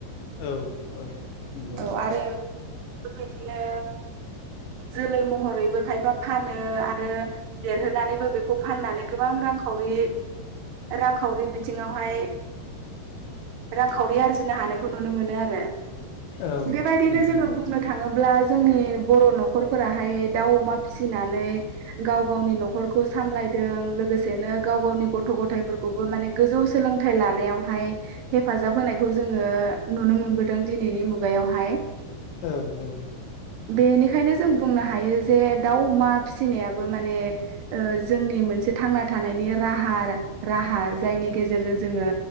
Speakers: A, on the left; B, on the right.
A: औ औ नंगौ।
B: औ आरो बेफोरबायदिनो जोलै महरैबो खायफा फानो आरो देरहोनानैबो बेखौ फाननानै गोबां रां रांखरि रांखावरि बि बिथिङावहाय रांखावरि आरजिनो हानायखौ नुनो मोनो आरो
A: औ
B: बेबायदिनो
A: नंगौ
B: जोङो
A: नोंथां
B: बुंनो थाङोब्ला जोंनि बर' न'खरफोराहाय दाउ अमा फिसिनानै गाव गावनि न'खरखौ सामलाय दों लोगोसेनो गाव गावनि गथ' गथफोरखौबो माने गोजौ सोलोंथाइ लानायावहाय हेफाजाब होनायखौ जोङो नुनो मोनबोदों दिनैनि मुगायाव आवहाय
A: औ औ।
B: बेनिखायनो जों बुंनो हायो जे दाउ अमा फिसिनायाबो माने जोंनि मोन मोनसे थांना थानायनि राहा आरो राहा। जायनि गेजेरजों जोङो